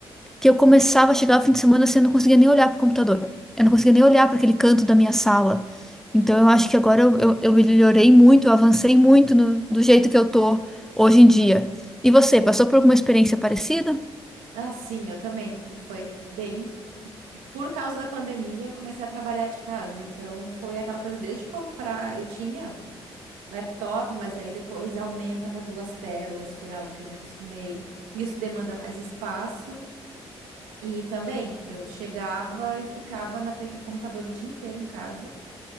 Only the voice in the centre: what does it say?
que eu começava a chegar ao fim de semana assim, eu não conseguia nem olhar para o computador, eu não conseguia nem olhar para aquele canto da minha sala. Então eu acho que agora eu, eu, eu melhorei muito, eu avancei muito no- do jeito que eu tô hoje em dia. E você, passou por alguma experiência parecida?